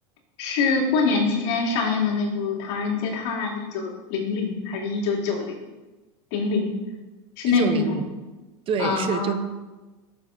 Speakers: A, on the left; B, on the right.
A: 是过年期间上映的那部《唐人街探案一九零零》还是一九九零零零？是那部吗？
B: 一九零零，对，
A: 啊，
B: 是就